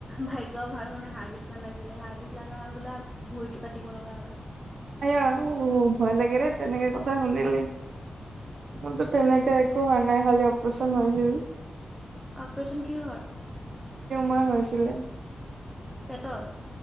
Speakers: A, in the centre; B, on the right (about 65°).
A: ভাগ্য ভাল মানে হাৰ্ডিত নালাগিলে। হাৰ্ডিত লগা হয় বোলে ভৰিতটো কাটিব লগা হয়।
B: আ, ভয় লাগে ৰে তেনেকে কথা শুনিলে। কিন্তু তেনেকৈ একো হোৱা নাই। খালী অপাৰেচন হৈছিল।
A: অপাৰচন কিহৰ?
B: মাৰ হৈছিলে।
A: পেটত